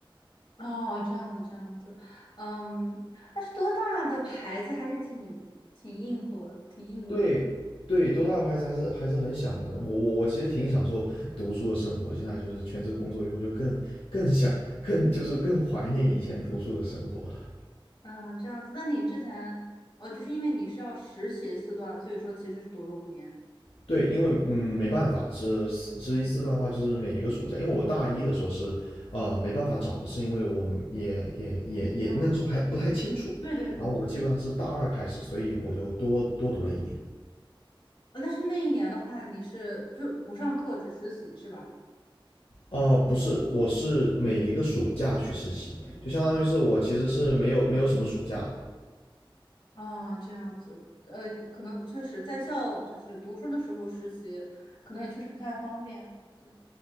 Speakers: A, on the left; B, on the left.
A: 哦，这样子，这样子。嗯，但是多大的牌子还是挺挺硬核、挺硬的。
B: 对对，多大的牌子还是还是很想的。我我我其实挺享受读书的生活，现在就是全职工作以后就更更想更就是更怀念以前读书的生活了。
A: 嗯，这样子。那你之前哦，就是因为你是要实习四段，所以说其实是读了五年。
B: 对，因为嗯没办法，是实习四段的话，
A: 嗯，
B: 就是每一个暑假，因为我大一的时候是呃没办法找，是因为我们也也也也那个时候还不太清楚，
A: 没有经验。对对对，
B: 然后我基本上是大二开始，所以我就多多读了一年。
A: 呃但是那一年的话，你是就不上课，只实习是吧？
B: 呃，不是，我是每一个暑假去实习，就相当于是我其实是没有没有什么暑假的，
A: 啊，这样子，呃，可能确实在校就是读书的时候实习，可能也确实不太方便。对，